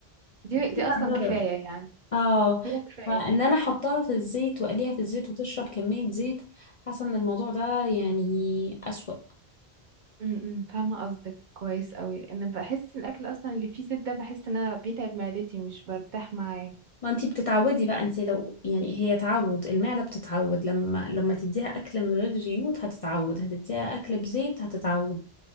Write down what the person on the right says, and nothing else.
دي دي
اصلا
كفايه يعني
هي كفايه
امم فاهمه قصدك كويس قوي لان بحس الاكل اصلا اللي فيه زيت ده بحس ان انا بيتعب معدتي مش برتاح معاه